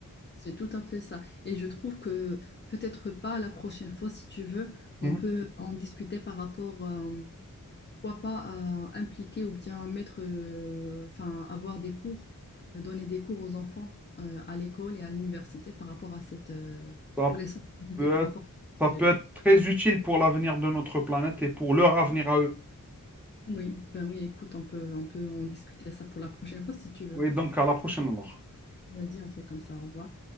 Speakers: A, on the left; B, in the centre.
A: C'est tout à fait ça. Et je trouve que peut-être pas la prochaine fois, si tu veux,
B: Mhm.
A: on peut en discuter par rapport euh, pourquoi pas euh, impliquer ou bien mettre, euh, enfin, avoir des cours, euh, donner des cours aux enfants euh, à l'école et à l'université par rapport à cette, euh,
B: Ça
A: pour les sensibiliser
B: peut
A: par
B: être,
A: rapport à ce projet-là.
B: ça peut être très utile pour l'avenir de notre planète et pour leur avenir à eux.
A: Oui, ben oui, écoute, on peut, on peut en discuter ça pour la prochaine fois si tu veux.
B: Et donc, à la prochaine alors.
A: Vas-y, on fait comme ça, au revoir.